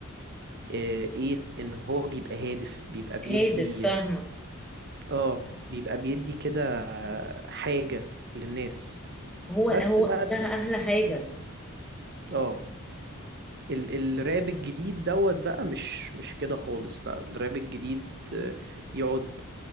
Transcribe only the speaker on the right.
آه، إيه إن هو بيبقى هادف بيبقى بيدي
اه بيبقى بيدي كده حاجة للناس
بس
بقى
مم. اه ال الراب الجديد دوت بقى مش مش كده خالص بقى الراب الجديد آه، يقعد